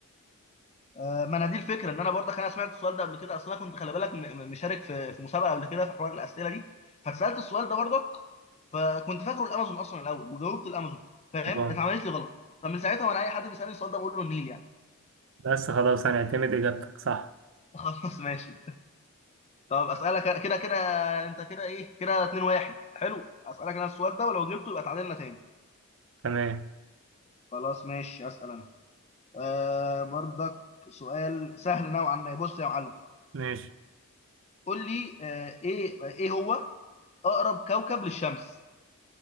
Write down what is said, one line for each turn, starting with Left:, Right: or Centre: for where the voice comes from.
Left: آه ما انا دي الفكره ان انا برضك انا سمعت السؤال ده قبل كده اصل انا كنت خلي بالك م- م- مشارك في في مسابقه قبل كده في حوار الاسئله دي فاتسالت السؤال ده برضك فكنت فاكره الامازون اصلا الاول وجاوبت الامازون فاهم؟
Right: اه
Left: اتعملت لي غلط فمن ساعتها وانا اي حد بيسالني السؤال ده بقول له النيل يعني
Right: بس خلاص هنعتمد اجابتك صح
Left: <laughs> خلاص ماشي طب اسالك كده كده انت كده ايه كده 2 1 حلو اسالك انا السؤال ده ولو جبته يبقى تعادلنا تاني
Right: تمام
Left: خلاص ماشي اسال انا آه برضك سؤال سهل نوعا ما بص يا معلم
Right: ماشي
Left: قول لي آه ايه ايه هو اقرب كوكب للشمس